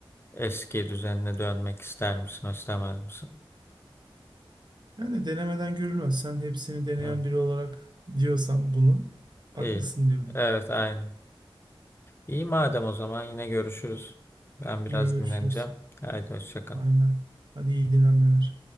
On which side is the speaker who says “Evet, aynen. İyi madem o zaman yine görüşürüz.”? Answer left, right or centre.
Left